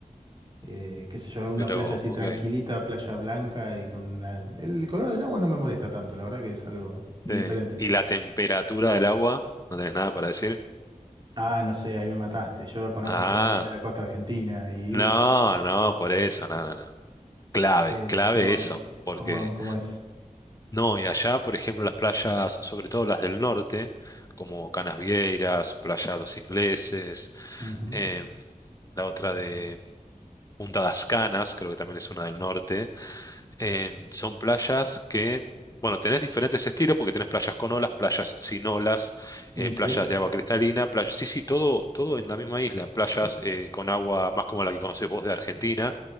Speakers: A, on the right; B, on the left.
A: Eh, qué sé yo, alguna
B: Pero,
A: playa así
B: ok.
A: tranquilita, playa blanca y con una- El color del agua no me molesta tanto, la verdad que es algo indiferente.
B: Sí. ¿Y la temperatura del agua? ¿No tenés nada para decir?
A: Ah, no sé, ahí me mataste. Yo conozco
B: Ah,
A: solamente la costa argentina y
B: no, no, por eso, no, no, no. Clave,
A: Eh,
B: clave
A: ¿cómo,
B: eso, porque
A: cómo, cómo es?
B: No, y allá, por ejemplo, las playas, sobre todo las del norte, como Canasvieiras, Playa de los Ingleses,
A: Ujú.
B: em, la otra de Punta das Canas, creo que también es una del norte, em, son playas que, bueno, tenés diferentes estilos porque tenés playas con olas, playas sin olas,
A: ¿En
B: eh, playas
A: serio?
B: de agua cristalina, playas, sí, sí, todo, todo en la misma isla, playas
A: Es,
B: eh, con agua más como la que conocés vos de Argentina